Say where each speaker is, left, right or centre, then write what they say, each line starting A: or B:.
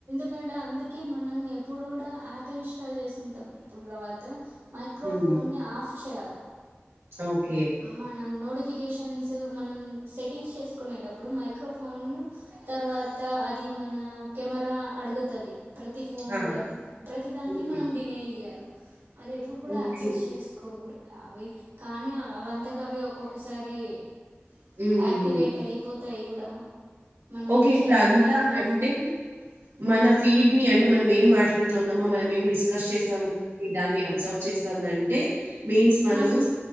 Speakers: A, on the right (about 70°); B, on the right (about 85°).
A: ఎందుకంటే అందుకే మనం ఎప్పుడు కూడా యాప్ ఇన్స్టాల్ చేసిన తర్వాత మైక్రోఫోన్ని
B: హ్మ్.
A: ఆఫ్ చేయాలా
B: ఓకే.
A: మనం నోటి ఫీకేషన్స్ మనం సెటింగ్స్ చేసుకునేటప్పుడే మైక్రో ఫోన్ తరువాత అది మన కెమెరా అడుగుతది ప్రతి ఫోన్
B: ఆ!
A: కూడా ప్రతి దాన్ని
B: ఓకే.
A: మనం డినే ఇయ్యాల అది ఎప్పుడు కూడా
B: ఓకే.
A: యాక్సెస్ చేసుకోకూడదు అవి కానీ ఆ వంతక అవే ఒక్కొక్కసారి
B: హ్మ్. హ్మ్.
A: యాక్టివేట్
B: హ్మ్.
A: అయిపోతాయి కూడా మనం
B: ఓకే.
A: ఏం చేయలేం
B: ఇప్పుడంతా
A: మైక్రోఫోన్
B: అంటే మన ఫీడ్ ని అంటే మనం ఏం మాట్లాడుతున్నామో మనం ఏం డిస్కస్ చేస్తా ఉన్నామో ప్రతి దాన్ని అబ్జర్బ్ చేతంది అంటే మీన్స్ మనము
A: మనం